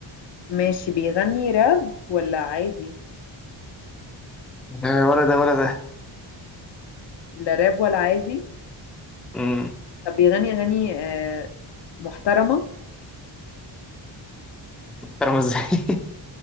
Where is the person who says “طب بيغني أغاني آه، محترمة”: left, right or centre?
Left